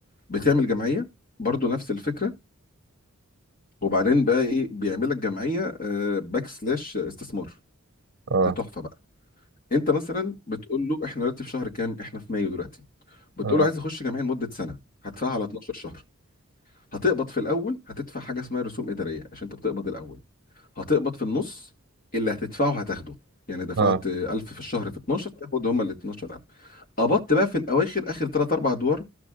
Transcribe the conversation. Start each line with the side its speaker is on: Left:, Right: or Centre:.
Left: بتعمل جمعيه برضو نفس الفكره وبعدين بقى ايه بيعمل لك جمعيه باك سلاش استثمار
Right: اه
Left: ده تحفه بقى انت مثلا بتقول له احنا دلوقتي في شهر كام احنا في مايو دلوقتي بتقول
Right: اه
Left: له عايز اخش جمعيه لمده سنه هدفعها على 12 شهر هتقبض في الاول هتدفع حاجه اسمها رسوم اداريه عشان انت بتقبض الاول هتقبض في النص اللي هتدفعه هتاخده يعني دفعت
Right: اه
Left: 1000 في الشهر في 12 تاخد هما ال 12000 قبضت بقى في الاواخر اخر 3 4 ادوار